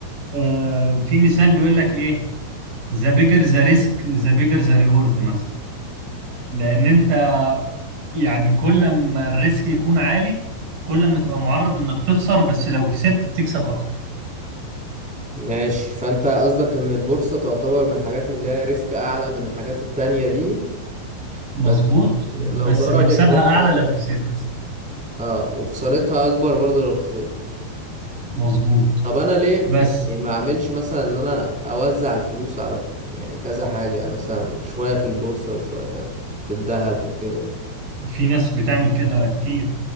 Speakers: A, on the right; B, in the centre.
A: آه في مثال بيقول لك ايه ذا بيجر ذا ريسك ذا بيجر ذا ريورد مثلا لان انت يعني كل ما الريسك يكون عالي كل ما تبقى معرض انك تخسر بس لو كسبت بتكسب اكتر
B: ماشي فانت قصدك ان البورصة تعتبر من الحاجات اللي هي ريسك اعلى من الحاجات التانية دي
A: مظبوط
B: بس لو
A: بس
B: ضربت
A: مكسبها
B: بقى-
A: اعلى لو كسبت
B: اه وخسارتها اكبر برضو لو خسرت
A: مظبوط
B: طب انا ليه
A: بس
B: يعني ما اعملش مثلا ان انا اوزع الفلوس على يعني كذا حاجة مثلا شوية في البورصة شوية في الذهب وكده
A: في ناس بتعمل كده كتير